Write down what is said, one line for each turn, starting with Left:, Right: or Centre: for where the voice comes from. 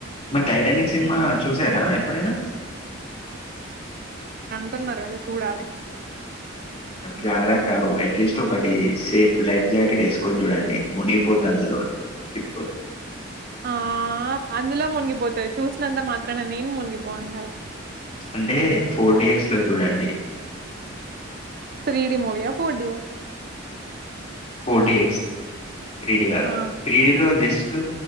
Left: మరి టైటానిక్ సినిమా
Right: హ్మ్.
Left: చూసారా ఎప్పుడైనా
Right: ంటున్నారు కదా చూడాలి
Left: జాగ్రత్తవు అట్లీస్ట్ ఒకటి సేఫ్ లైఫ్ జాకెట్ వేసుకొని చూడండి మునిగిపొద్దు అందులో షిప్
Right: ఆ అందులో మునిగిపోతది చూసినంత మాత్రన నేను మునిగిపోను కదా
Left: అంటే ఫోర్ డీ ఎక్స్ లో చూడండి
Right: త్రీడి మూవీ ఆ four D yeah
Left: four D X three D కాదు
Right: ఆ
Left: త్రీడీలో జస్ట్